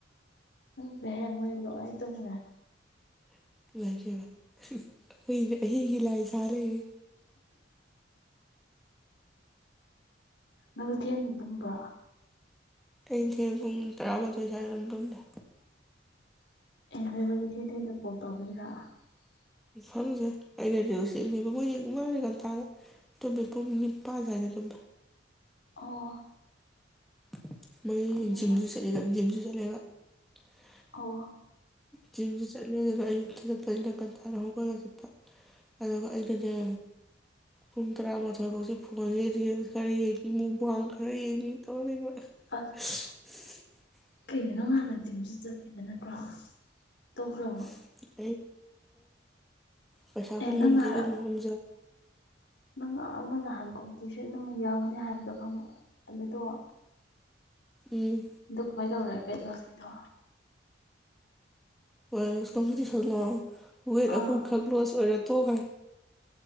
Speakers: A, on the left; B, in the centre.
A: <unintelligible> ꯃꯣꯏ ꯂꯣꯏ ꯇꯨꯝꯒꯔ꯭ꯦ
B: <unintelligible> ꯑꯩꯈꯣꯏ ꯑꯩꯗꯤ ꯂꯥꯏ ꯁꯥ ꯂꯩꯔꯤ
A: ꯅꯪꯖꯨ ꯊꯦꯡꯅ ꯇꯨꯝꯕ꯭ꯔꯣ
B: ꯑꯩꯁꯦ ꯄꯨꯡ ꯇꯔꯥꯃꯥꯊꯣꯏ ꯁ꯭ꯋꯥꯏꯗ ꯑꯗꯨꯝ ꯇꯨꯝꯃꯦ
A: <unintelligible> <unintelligible>
B: <unintelligible> <unintelligible> ꯃꯣꯢꯗꯤ ꯉꯥꯟꯇꯥꯗ ꯇꯨꯝꯃꯦ ꯄꯨꯡ ꯅꯤꯄꯥꯟ ꯁꯋꯥꯏꯗ ꯇꯨꯝꯃꯦ
A: ꯑꯣ
B: <unintelligible>
A: ꯑꯗꯨꯒꯤꯅꯦ
B: <unintelligible> <unintelligible>
A: ꯑꯣ
B: ꯖꯤꯝꯁꯨ ꯆꯠꯂꯦꯗꯅ ꯑꯌꯨꯛꯇ ꯆꯠꯄꯅꯤꯅ ꯉꯥꯟꯇꯥꯥꯅ ꯍꯧꯒꯠꯂꯥ ꯆꯠꯄ ꯑꯗꯨꯒ ꯑꯩꯅꯅꯦ ꯄꯨꯡ ꯇꯔꯥꯃꯥꯊꯣꯏꯐꯧꯁꯦ ꯐꯣꯟꯁꯦ ꯌꯦꯡ ꯃꯨꯛꯕꯥꯡ ꯈꯔ ꯌꯦꯡꯅꯤ <unintelligible>
A: ꯑꯁ ꯀꯩꯅꯣ ꯅꯪ ꯍꯥꯟꯅ ꯖꯤꯝꯁꯨ ꯆꯠꯈꯤꯗ ꯅꯠꯇ꯭ꯔꯣ ꯇꯣꯈ꯭ꯔꯕꯣ
B: <unintelligible> ꯄꯩꯁꯥ
A: ꯑꯦ
B: ꯍꯨꯟ ꯉꯝꯗ
A: ꯅꯪ ꯅꯍꯥꯟ
B: ꯏꯕꯦꯃꯥ <unintelligible>
A: ꯅꯪ ꯑꯃ ꯅꯍꯥꯟ ꯀꯣꯝꯄꯤꯇꯤꯁꯟ ꯑꯃ ꯌꯥꯎꯒꯅꯤ ꯍꯥꯏꯕꯗꯣ ꯈꯪꯉ ꯑꯗꯨꯗꯣ
B: ꯎꯝ
A: ꯗꯨ ꯀꯃꯥꯏ ꯇꯧꯈꯔꯒꯦ ꯑꯗꯣ ꯗꯣ
B: ꯍꯣꯏ <unintelligible> ꯋꯦꯠ
A: ꯑꯥ
B: ꯑꯍꯨꯝ ꯈꯛ ꯂꯣꯁ ꯑꯣꯏꯔ ꯇꯣꯛꯈ꯭ꯔꯦ